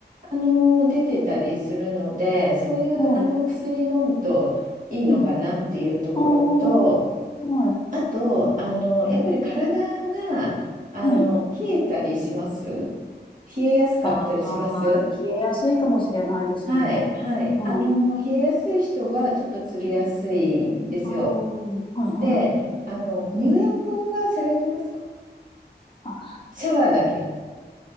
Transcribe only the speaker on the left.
はい。うん。おー。はい。
はい。
ああ、冷えやすいかもしれないですね。
はい。
うん。あー。はいはい。
あ、